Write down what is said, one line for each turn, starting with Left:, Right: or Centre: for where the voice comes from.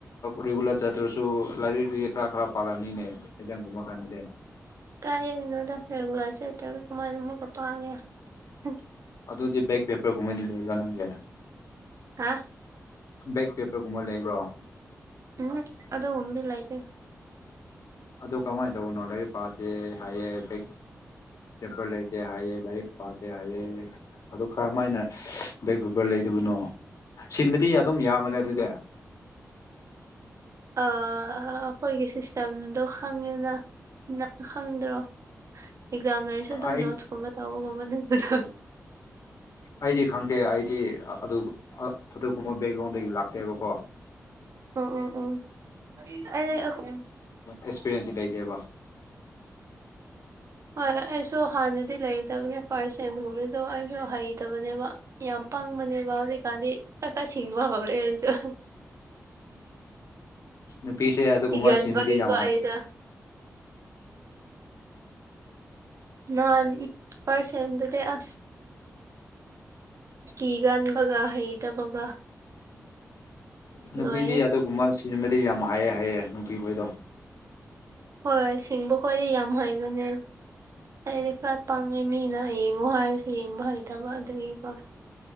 Left: ꯔꯤꯒꯨꯂꯔ ꯆꯠꯇ꯭ꯔꯁꯨ ꯂꯥꯏꯔꯤꯛꯗꯤ ꯈꯔ ꯈꯔ ꯄꯥꯜꯔꯝꯅꯤꯅꯦ ꯑꯦꯛꯖꯥꯝꯒꯨꯝꯕꯥ ꯀꯥꯟꯗꯗꯤ
Right: ꯀꯥꯏꯗꯩꯩꯅꯣꯗ ꯔꯦꯒꯨꯂꯔ ꯆꯠꯇ꯭ꯔꯒ ꯀꯃꯥꯏꯅ ꯑꯃꯨꯛꯀ ꯄꯥꯡꯉꯦ ꯍꯨꯡ
Left: ꯑꯗꯨꯗꯤ ꯕꯦꯛ ꯄꯦꯄꯔ ꯒꯨꯝꯕꯗꯤ ꯂꯩꯕ꯭ꯔꯥ ꯅꯪꯒꯤ
Right: ꯍꯥ
Left: ꯕꯦꯛ ꯄꯦꯄꯔꯒꯨꯝꯕ ꯂꯩꯕ꯭ꯔꯣ
Right: ꯎꯝ ꯍꯨꯞ ꯑꯗꯨ ꯒꯨꯝꯕꯗꯤ ꯂꯩꯇꯦ
Left: ꯑꯗꯣ ꯀꯃꯥꯏ ꯇꯧꯕꯅꯣ ꯂꯥꯏꯔꯤꯛ ꯄꯥꯗꯦ ꯍꯥꯏꯌꯦ ꯕꯦꯛ ꯄꯦꯄꯔ ꯂꯩꯇꯦ ꯍꯥꯏꯌꯦ ꯂꯥꯏꯔꯤꯛ ꯄꯥꯗꯦ ꯍꯥꯏꯌꯦ ꯑꯗꯨ ꯀꯔꯝꯃꯥꯏꯅ ꯁꯁ ꯕꯦꯛ ꯕꯔ ꯂꯩꯇꯕꯅꯣ ꯁꯤꯟꯕꯗꯤ ꯑꯗꯨꯝ ꯌꯥꯝꯕꯅꯦ ꯑꯗꯨꯗꯤ
Right: ꯑꯥ ꯑꯈꯣꯏꯒꯤ ꯁꯤꯁꯇꯦꯝꯗꯣ ꯈꯪꯉꯦꯅ ꯅꯪ ꯈꯪꯗ꯭ꯔꯣ ꯑꯦꯛꯖꯥꯝ ꯂꯩꯔꯁꯨ ꯑꯗꯨꯝ
Left: ꯑꯩ
Right: ꯅꯣꯠꯁꯀꯨꯝꯕ ꯇꯧꯕꯒꯨꯝꯕ ꯂꯩꯕꯗꯣ
Left: ꯑꯩꯗꯤ ꯈꯪꯗꯦ ꯑꯩꯗꯤ ꯑ ꯑꯗꯨꯕꯨ ꯑ ꯑꯗꯨꯒꯨꯝꯕ ꯕꯦꯛꯒ꯭ꯔꯥꯎꯟꯗꯒꯤ ꯂꯥꯛꯇꯦꯕꯀꯣ
Right: ꯎꯝ ꯎꯝ ꯑꯩꯗꯤ ꯑꯈꯣꯏ
Left: ꯑꯦꯛꯁꯄꯤꯔꯤꯌꯦꯟꯁꯁꯤ ꯂꯩꯇꯦꯕ
Right: ꯍꯣꯏ ꯍꯣꯏ ꯑꯩꯁꯨ ꯍꯥꯟꯅꯗꯤ ꯂꯩꯇꯥꯕꯅꯦ ꯐꯥꯔꯁ ꯁꯦꯝꯒꯨꯝꯕꯗꯣ ꯑꯩꯁꯨ ꯍꯩꯇꯕꯅꯦꯕ ꯌꯥꯝ ꯄꯪꯕꯅꯦꯕ ꯍꯧꯖꯤꯛꯀꯥꯟꯗꯤ ꯈꯔ ꯈꯔ ꯁꯤꯡꯕ ꯍꯧꯔꯦ ꯑꯩꯖꯨ ꯍꯍ
Left: ꯅꯨꯄꯤꯁꯦ ꯑꯗꯨꯒꯨꯝꯕ
Right: ꯀꯤꯒꯟꯕꯒꯤꯀꯣ
Left: ꯁꯤꯟꯕꯗꯤ ꯌꯥꯝ ꯍꯥꯏ
Right: ꯑꯩꯗꯣ ꯅꯍꯥꯟ ꯐꯥꯔꯁ ꯁꯦꯝꯗꯗꯤ ꯑꯁ ꯀꯤꯒꯟꯕꯒꯥ ꯍꯩꯇꯕꯒ
Left: ꯅꯨꯄꯤꯗꯤ
Right: ꯂꯣꯏꯔꯦ
Left: ꯑꯗꯨꯒꯨꯝꯕ ꯁꯤꯟꯕꯗꯤ ꯌꯥꯝ ꯍꯩ ꯍꯥꯏꯌꯦ ꯅꯨꯄꯤ ꯈꯣꯏꯗꯣ
Right: ꯍꯣꯏ ꯁꯤꯡꯕ ꯈꯣꯏꯗꯤ ꯌꯥꯝ ꯍꯩꯕꯅꯦ ꯑꯩꯗꯤ ꯈꯔ ꯄꯪꯉꯦ ꯃꯤꯅ ꯌꯦꯡꯉꯣ ꯍꯥꯏꯔꯁꯨ ꯌꯦꯡꯕ ꯍꯩꯇꯕ ꯑꯗꯨꯒꯤꯀꯣ